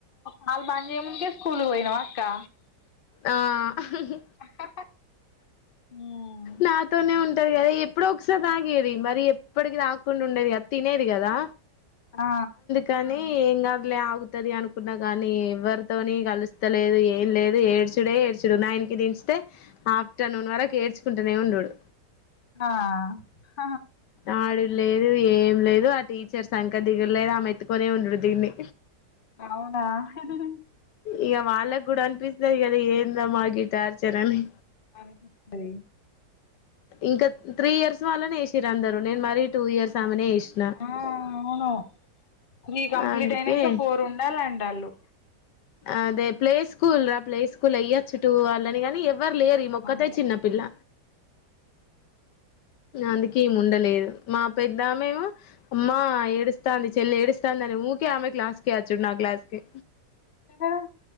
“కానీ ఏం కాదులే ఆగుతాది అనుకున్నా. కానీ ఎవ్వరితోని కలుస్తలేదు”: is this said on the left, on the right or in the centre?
Left